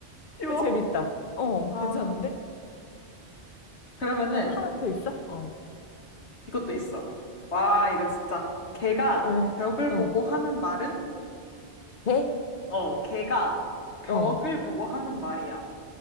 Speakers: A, on the left; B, on the left.
A: 쉬워.
B: 어, 재밌다. 어,
A: 아,
B: 괜찮은데?
A: 그러면은
B: 하나 더 있어? 어.
A: 이것도 있어. 와, 이거 진짜. 개가
B: 왜?
A: 벽을
B: 어.
A: 보고 하는 말은?
B: 개?
A: 어, 개가 벽을
B: 어.
A: 보고 하는 말이야.